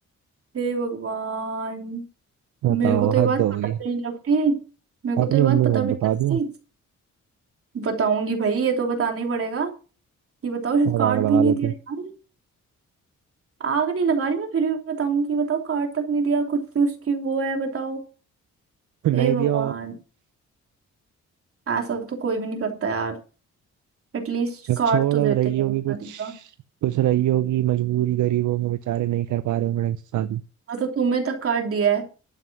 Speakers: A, on the right; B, on the right.
A: हे भगवान
B: बताओ
A: मेरे को तो ये
B: हद
A: बात
B: हो
A: पता
B: गई
A: भी नहीं लगती मेरे को
B: अपनी
A: तो ये
B: मम्मी
A: बात पता
B: को
A: भी नहीं
B: बता
A: लगती
B: दिया
A: बताऊंगी भाई ये तो बताना ही पड़ेगा कि बताओ सिर्फ
B: और
A: कार्ड
B: आग लगा
A: भी नहीं
B: देती
A: दिया यार आग नहीं लगा रही मैं फिर भी बताऊंगी बताओ कार्ड तक नहीं दिया खुद की उसकी वो है बताओ
B: नहीं
A: हे भगवान
B: दिया
A: ऐसा तो कोई भी नहीं करता यार एटलीस्ट
B: अब
A: कार्ड
B: छोड़
A: तो
B: अब
A: देते
B: रही
A: ही
B: होगी
A: हैं शादी
B: कुछ
A: का
B: कुछ रही होगी मजबूरी गरीब होंगे बेचारे नहीं कर पा रहे होंगे ढंग से शादी
A: और तो तुम्हें तक कार्ड दिया है